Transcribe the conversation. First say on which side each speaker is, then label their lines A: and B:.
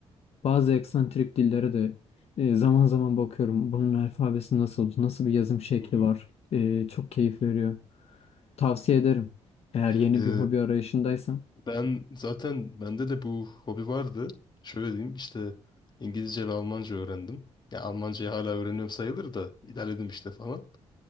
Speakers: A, on the left (about 60°); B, on the left (about 40°).
A: Bazı eksantrik dillere de e, zaman zaman bakıyorum. Bunun alfabesi nasıl, nasıl bir yazım şekli
B: Hı hı.
A: var. E, çok keyif veriyor. Tavsiye ederim. Eğer yeni
B: Ee,
A: bir hobi arayışındaysan.
B: ben zaten bende de bu hobi vardı. Şöyle diyeyim işte İngilizce ve Almanca öğrendim. Ya Almancayı hala öğreniyorum sayılır da ilerledim işte falan.